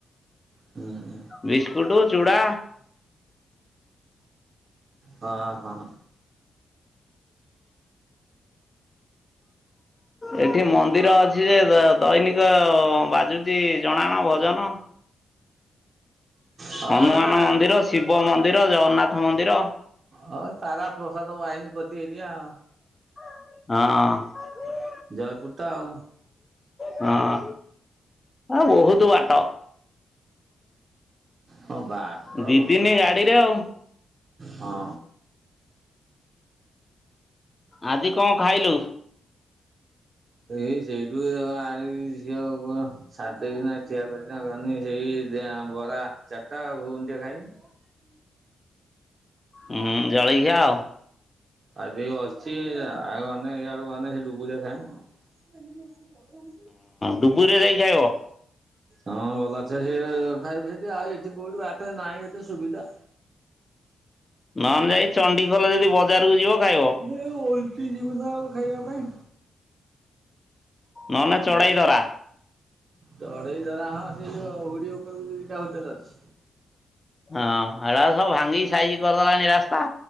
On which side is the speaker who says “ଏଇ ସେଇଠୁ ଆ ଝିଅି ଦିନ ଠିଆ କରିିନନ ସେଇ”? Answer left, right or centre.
Right